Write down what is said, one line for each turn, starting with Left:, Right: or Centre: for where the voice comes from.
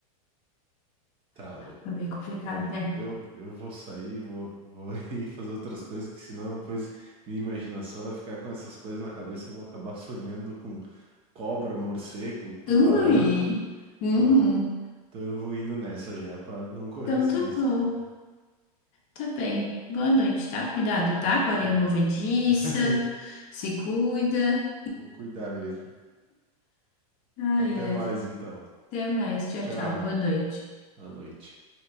Right: Tá louco.
Left: Foi bem complicado,
Right: Bom,
Left: né?
Right: eu, eu vou sair, vou, vou <laughs> ir fazer outras coisas, que senão depois minha imaginação vai ficar com essas coisas na cabeça, eu vou acabar sonhando com cobra, morcego, tubarão.
Left: Ui!
Right: <laughs>
Left: Uhum.
Right: Então, então eu vou indo nessa já, para não correr
Left: Então
Right: esse
Left: tá
Right: risco.
Left: bom. Tá bem. Boa noite, tá? Cuidado, tá? Com a areia
Right: Sim.
Left: movediça.
Right: <laughs>
Left: Se cuida.
Right: Vou cuidar mesmo.
Left: Ai,
Right: Até
Left: ai.
Right: mais então.
Left: Até mais. Tchau,
Right: Tchau.
Left: tchau. Boa noite.
Right: à noite.